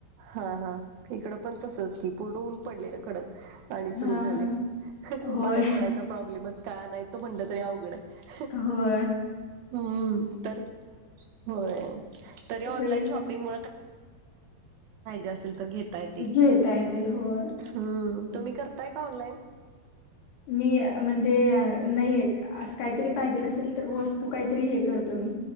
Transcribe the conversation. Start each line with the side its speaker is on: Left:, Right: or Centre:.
Right: हा हा इकडं पण तसच की पूर्ण ऊन पडलेलं कडक पाणी सुरु
Left: हा
Right: झाले
Left: हा होय
Right: बाहेर पडायच प्रॉब्लेमच का आणयचं म्हणलं तरी अवघड आहे.
Left: हो
Right: हम्म तरी होय तरी ऑनलाईन
Left: सगळे
Right: शॉप प्र् असे घ य
Left: घेता येते होय.
Right: हम्म तुम्ही करताय का ऑनलाईन
Left: मी म्हणजे नाही एक अस काहीतरी पाहिजेला असेल तर वस्तू काहीतरी हे करतो मी